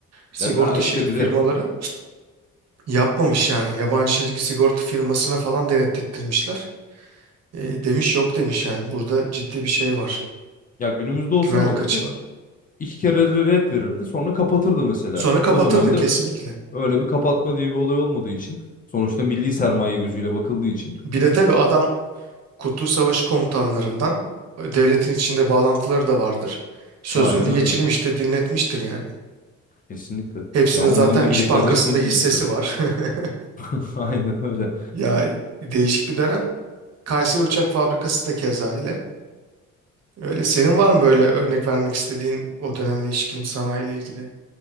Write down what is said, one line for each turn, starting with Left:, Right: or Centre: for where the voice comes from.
Right: Sigorta
Left: Ya ha işte
Right: şirk
Left: bir
Right: firmaları
Left: de
Right: yapmamış yani. Yabancı şirk sigorta firmasına falan denetlettirmişler. E, demiş yok demiş yani burada ciddi bir şey var.
Left: ya günümüzde olsa
Right: Güvenlik
Left: ne olurdu?
Right: açığı var.
Left: İki kere de red verirdi, sonra kapatırdı mesela.
Right: Sonra kapatırdı
Left: O dönemde
Right: kesinlikle.
Left: öyle bir kapatma diye bir olay olmadığı için sonuçta milli sermaye gözüyle bakıldığı için
Right: Bir de tabii adam Kurtuluş Savaşı komutanlarından e, devletin içinde bağlantıları da vardır. Sözünü
Left: aynen
Right: de geçirmiş
Left: öyle.
Right: de dinletmiştir yani.
Left: Kesinlikle.
Right: Hepsinin
Left: Ya onu
Right: zaten
Left: dinlemeyecekler
Right: İş Bankası'nda
Left: de kimi dinleyecekler?
Right: hissesi var. <laughs>
Left: <laughs> Aynen öyle.
Right: Ya değişik bir dönem. Kayseri Uçak Fabrikası da keza öyle. Öyle. Senin var mı böyle örnek vermek istediğin o döneme ilişkin sanayiyle ilgili?